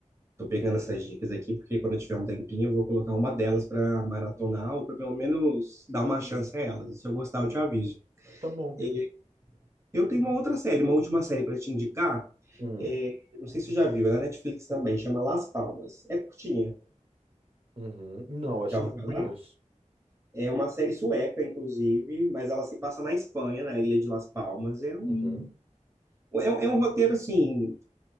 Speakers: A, on the right; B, on the right.
A: Tô pegando essas dicas aqui, porque quando eu tiver um tempinho, eu vou colocar uma delas para maratonar, ou para pelo menos dar uma
B: Uhum,
A: chance a elas. Se eu
B: uhum.
A: gostar, eu te aviso.
B: Tá bom.
A: É, Eu tenho uma outra série, uma última série para te indicar.
B: Hum,
A: É, não sei se você já viu, é na Netflix também, chama Las Palmas. É curtinha,
B: uhum. Não, essa
A: já ouviu
B: eu não conheço.
A: falar? É uma série sueca, inclusive, mas ela se passa na Espanha, na ilha de Las Palmas. É um,
B: Uhum,
A: é, é um roteiro, assim,